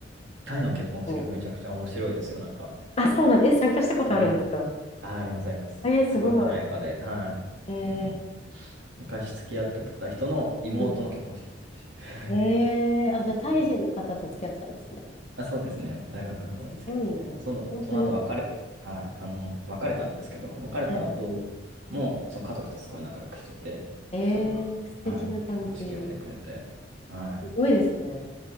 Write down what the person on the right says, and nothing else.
タイの結婚式はめちゃくちゃ面白いですよ。
なんか。
花、あ、ありますあります。
すごい華やかで。は
い。うん。昔付き合ってた人の妹の結婚式に行きました。
<laughs> あ、そうですね。大学の頃に付き合ってて、
その、
その後別れ、はい、あの、別れたんですけど、別れた後も、
その家族とすごい仲良くしてて、
そしたらなんか、
はい、結婚式呼んでくれて、はい、